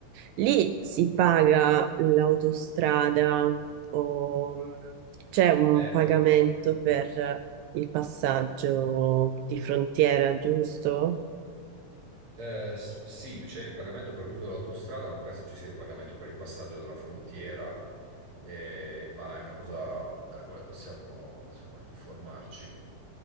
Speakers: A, on the right (about 80°); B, on the right (about 55°).
A: lì si paga l'autostrada o mh, c'è un
B: Eh,
A: pagamento
B: beh,
A: per il passaggio di frontiera, giusto?
B: eh, s- sì, c'è il pagamento per l'uso dell'autostrada, non penso ci sia il pagamento per il passaggio della frontiera, eh, ma è una cosa della quale possiamo, insomma, informarci.